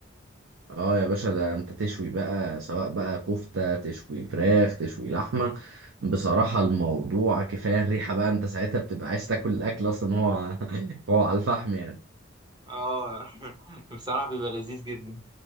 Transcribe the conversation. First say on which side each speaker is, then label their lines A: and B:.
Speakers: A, on the right (about 80°); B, on the right (about 20°).
A: اه يا باشا ده انت تشوي بقى سواء بقى كفتة تشوي فراخ تشوي لحمة بصراحة الموضوع كفاية الريحة بقى انت ساعتها بتبقى عايز تاكل الاكل اصلا هو <laughs> هو على الفحم يعني
B: اه <laughs> بصراحة بيبقى لذيذ جدا